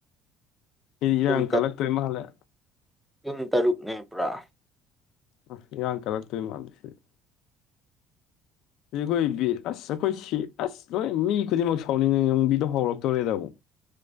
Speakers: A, on the left; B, in the centre.
A: <unintelligible> ꯏꯔꯥꯡ
B: ꯌꯨꯝ
A: ꯀꯜꯂꯛꯇꯣꯏ ꯃꯥꯜꯂꯦ
B: ꯌꯨꯝ ꯇꯔꯨꯛꯅꯦ ꯄꯨꯔꯥ
A: ꯑ ꯏꯔꯥꯡ ꯀꯜꯂꯛꯇꯣꯏ ꯃꯥꯜꯂꯤ ꯁꯤꯗꯤ ꯁꯤ ꯑꯩꯈꯣꯏꯕꯤ ꯑꯁ ꯑꯩꯈꯣꯏ ꯁꯤ ꯑꯁ ꯂꯣꯏ ꯃꯤ ꯈꯨꯗꯤꯡꯃꯛ ꯁꯥꯎꯅꯤꯡꯕꯤꯗꯣ ꯍꯧꯔꯛꯇꯣꯔꯦꯗ ꯑꯃꯨꯛ